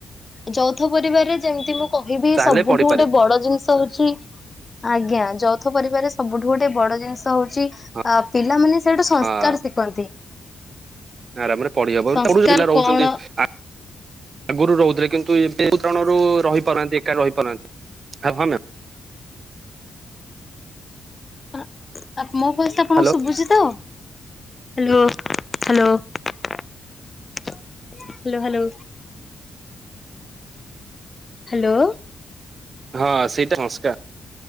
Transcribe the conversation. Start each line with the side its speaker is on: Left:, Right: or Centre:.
Left: ଯୌଥ ପରିବାରରେ ଯେମିତି ମୁଁ କହିବି
Right: ଚାହିଁଲେ
Left: ସବୁଠୁ
Right: ପଢିପାରିବ
Left: ଗୋଟେ ବଡ ଜିନିଷ ହଉଛି ଆଜ୍ଞା ଯୌଥ ପରିବାରରେ ସବୁଠୁ ଗୋଟେ ବଡ ଜିନିଷ ହଉଛି ଅ
Right: ହଁ।
Left: ପିଲାମାନେ ସେଠୁ ସଂସ୍କାର
Right: ହଁ
Left: ଶିଖନ୍ତି।
Right: ଆରାମରେ ପଢି ହବ
Left: ସଂସ୍କାର
Right: <unintelligible> ଜିଲ୍ଲା ରେ ରହୁଛନ୍ତି।
Left: କଣ
Right: ଆଗରୁ ରହୁଥିଲେ କିନ୍ତୁ ଏଉଣରୁ ରହିପାରୁନାହାନ୍ତି ଏକା ରହିପାରୁନାହାନ୍ତି ହ
Left: ଆ ମୋ ଭସଏସ ଟା ଆପଣଙ୍କୁ
Right: ହ୍ୟାଲୋ
Left: ଶୁଭୁଛି ତ? Hello hello hello hello. Hello.
Right: ହଁ ସେଇଟା ସଂସ୍କାର।